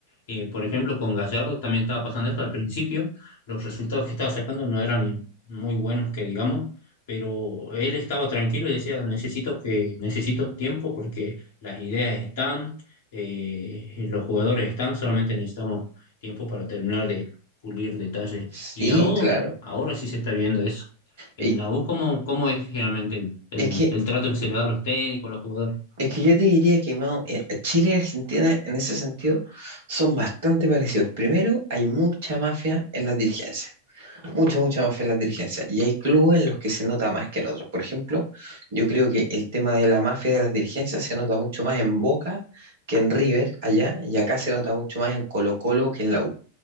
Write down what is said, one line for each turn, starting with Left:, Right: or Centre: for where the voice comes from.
Left: Eh, por ejemplo, con Gallardo también estaba pasando esto al principio, los resultados que estaba sacando no eran muy buenos, que digamos, pero él estaba tranquilo y decía, necesito que, necesito tiempo porque las ideas están, eh, los jugadores están, solamente necesitamos tiempo para terminar de pulir detalles.
Right: sí,
Left: Y ahora,
Right: claro.
Left: ahora sí se está viendo eso en
Right: Y
Left: la U, ¿cómo, cómo es generalmente el, el-
Right: es que
Left: el trato que se le da a los técnicos, a los jugadores?
Right: Es que yo te diría que Mao, eh, Chile y Argentina en ese sentido son bastante parecidos. Primero, hay mucha mafia en las dirigencias, mucha, mucha mafia en las dirigencias. Y hay clubes en los que se nota más que en otros. Por ejemplo, yo creo que el tema de la mafia de las dirigencias se nota mucho más en Boca que en River allá, y acá se nota mucho más en Colo-Colo que en la U.